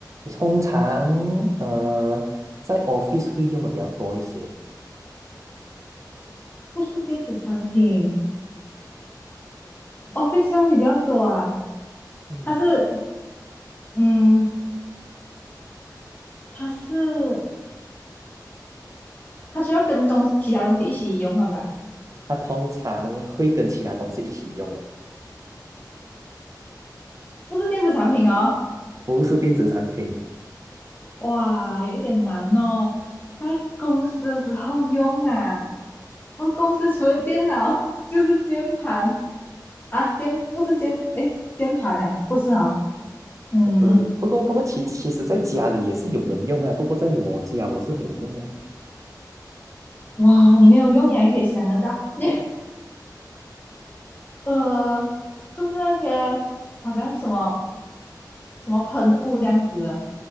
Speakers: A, on the right; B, on the left.
A: 通常呃，在 office 会用的比较多一些，
B: 不是电子产品，office 用比较多啊。
A: 嗯，
B: 它是，嗯，它是。它需要跟东其他东西一起用了吧？
A: 它通常会跟其他东西一起用的，
B: 不是电子产品哦，
A: 不是电子产品。
B: 哇，有一点难哦，在公司的时候用啊。我公司除了电脑就是键盘啊，键不是键，诶，键盘啊，不是哦，嗯，
A: 就是，不过不过其其实在家里也是有人用啊，不过在我家我是没有用啊。
B: 哇，你没有用，你还可以想得到，你呃，就是那些好像什么什么喷雾这样子的